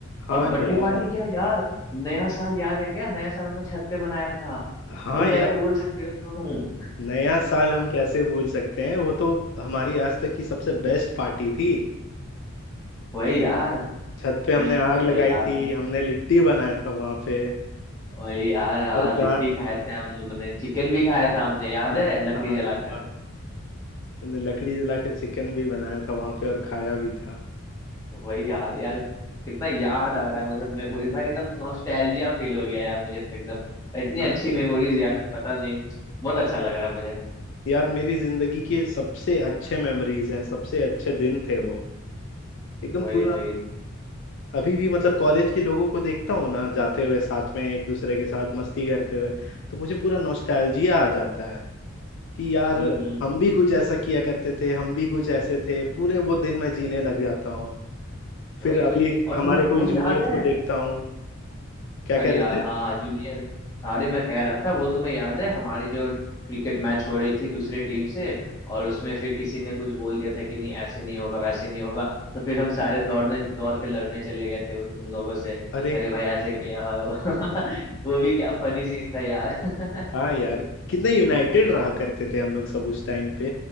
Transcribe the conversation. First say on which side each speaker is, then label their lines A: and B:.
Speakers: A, on the left; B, on the left.
A: हाँ
B: और बर्थडे
A: यार
B: पार्टी क्या यार नया साल याद है क्या नया साल हम लोग छत पे मनाया था
A: हाँ
B: वो कैसे
A: यार
B: भूल सकते हो तुम
A: नया साल हम कैसे भूल सकते हैं वो तो हमारी आज तक की सबसे बेस्ट पार्टी थी
B: वही यार
A: छत
B: <laughs>
A: पे हमने
B: अरे
A: आग लगाई
B: यार
A: थी हमने लिट्टी बनाया था वहां पे
B: वही यार हाँ
A: और
B: लिट्टी
A: गा
B: खाए थे हम लोगों ने चिकन भी खाया था हमने याद
A: हाँ
B: है लकड़ी
A: हाँ
B: जलाकर
A: हाँ हमने लकड़ी जला के चिकन भी बनाया था वहां पे और खाया भी था
B: वही यार यार कितना याद आ रहा है मुझे मेमोरीज भाई एकदम नॉस्टैल्जिया फील हो गया यार मुझे तो एकदम इतनी
A: हाँ
B: अच्छी
A: यार
B: मेमोरीज यार पता नहीं बहुत अच्छा लग रहा है मुझे
A: यार मेरी जिंदगी के सबसे अच्छे मेमोरीज हैं सबसे अच्छे दिन थे वो एकदम
B: वही
A: पूरा
B: वही
A: अभी भी मतलब कॉलेज के लोगों को देखता हूँ ना जाते हुए साथ में एक दूसरे के साथ मस्ती करते हुए तो मुझे पूरा नॉस्टैल्जिया आ जाता है कि यार
B: हम्म हम्म
A: हम भी कुछ ऐसा किया करते थे हम भी कुछ ऐसे थे पूरे वो दिन मैं जीने लग जाता हूँ
B: वही
A: फिर अभी
B: वही और
A: हमारे
B: तुम्हें
A: कोई
B: वो
A: जूनियर्स
B: याद है
A: को देखता हूँ क्या
B: अरे
A: कह
B: यार
A: रहे थे
B: हाँ जूनियर अरे मैं कह रहा था वो तुम्हें याद है हमारी जो क्रिकेट मैच हो रही थी दूसरे टीम से और उसमें फिर किसी ने कुछ बोल दिया था कि नहीं ऐसे नहीं होगा वैसे नहीं होगा तो फिर हम सारे दौड़ने दौड़ के लड़ने चले गए थे उस- उन लोगों से
A: अरे
B: अरे
A: हाँ
B: भाई ऐसे
A: यार,
B: किया हाँ। <laughs> वो भी क्या फनी सीन था यार <laughs>
A: हाँ यार कितने यूनाइटेड रहा करते थे हम लोग सब उस टाइम पे